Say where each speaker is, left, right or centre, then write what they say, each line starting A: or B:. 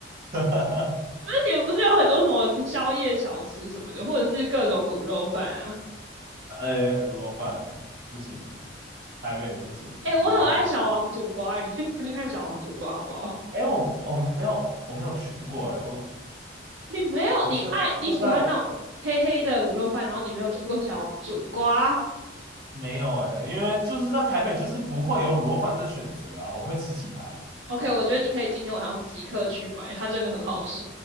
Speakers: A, on the right; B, on the right.
A: <laughs>
B: 那你们不是有很多什么宵夜小吃什么的，或者是各种卤肉饭啊？
A: 呃，卤肉饭不行，台北不行，
B: 哎、我很爱小王煮瓜，
A: 母汤。
B: 你去试试看小王煮瓜好不好？
A: 哎，我我没有我没有去过哎，我
B: <laughs> 你没有，
A: 我知道它就在
B: 你爱你喜欢那种黑黑的卤肉饭，然后你没有吃过小王煮瓜。
A: 没有哎，因为就是在台北就是不会有卤肉饭这选择啊，我会吃其他的。
B: OK，我觉得你可以今天晚上即刻去买，它真的很好吃。